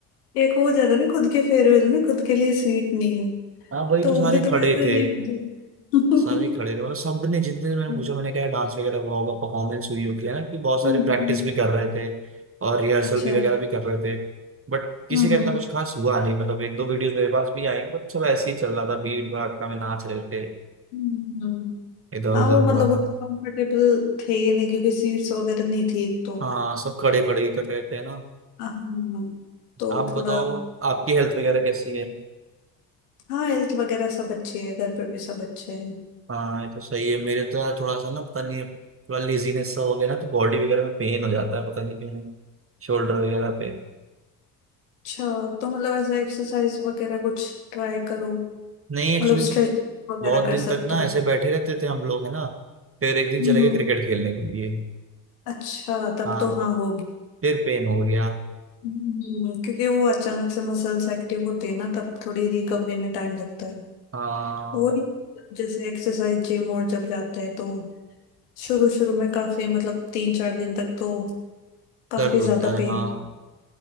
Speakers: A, on the left; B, on the right.
A: एक वो हो जाता है ना खुद के फेयरवेल में खुद के लिए सीट नहीं है
B: हाँ वही
A: तो
B: तो
A: वो
B: सारे
A: भी थोड़ा
B: खड़े
A: सा अजीब
B: थे
A: हो जाता
B: सारे खड़े थे मतलब सबने जितने से मैंने
A: है।
B: पूछा मैंने कहा डांस वगैरह हुआ होगा परफॉर्मेंस हुई होगी है ना कि बहुत सारे
A: हम्म,
B: प्रैक्टिस भी कर रहे थे और रिहर्सल
A: अच्छा
B: भी वगैरह
A: <laughs>
B: भी कर रहे थे बट किसी
A: हम्म,
B: का इतना कुछ खास हुआ नहीं मतलब एक दो वीडियोस मेरे पास भी आई बट सब ऐसे ही चल रहा था भीड़ भड़का में नाच रहे थे
A: हम्म, हम्म।
B: इधर
A: हाँ
B: उधर
A: वो
B: हुआ
A: मतलब उतना
B: था
A: कंफर्टेबल थे ही नहीं क्योंकि सीट्स वगैरह नहीं थी एक तो
B: हाँ सब खड़े खड़े ही कर रहे थे ना
A: हाँ, तो
B: आप
A: थोड़ा
B: बताओ आपकी हेल्थ वगैरह कैसी है
A: हाँ हेल्थ वगैरह सब अच्छे है घर पे भी सब अच्छे हैं
B: हाँ ये तो सही है मेरे तो यार थोड़ा सा ना पता नहीं थोड़ा लेजीनेस सा हो गया ना तो बॉडी वगैरह में पेन हो जाता है पता नहीं क्यों शोल्डर वगैरह पे
A: अच्छा तो मतलब ऐसा एक्सरसाइज वगैरह कुछ ट्राई करो
B: नहीं एक्चुअली
A: मतलब स्ट्रेच वगैरह
B: बहुत
A: कर
B: दिन
A: सकते
B: तक ना
A: हो
B: ऐसे बैठे रहते थे हम लोग है ना फिर एक दिन
A: हम्म
B: चले गए क्रिकेट खेलने के लिए
A: अच्छा तब
B: हाँ
A: तो हाँ हो
B: फिर पेन हो गया
A: हम्म, क्योंकि वो अचानक से मसल्स एक्टिव होते हैं ना तब थोड़ी रिकवरी में टाइम लगता है
B: हाँ
A: वही जैसे एक्सरसाइज जिम और जब जाते हैं तो शुरू शुरू में काफी मतलब तीन चार दिन तक तो काफी
B: दर्द होता
A: ज्यादा
B: है
A: पेन
B: हाँ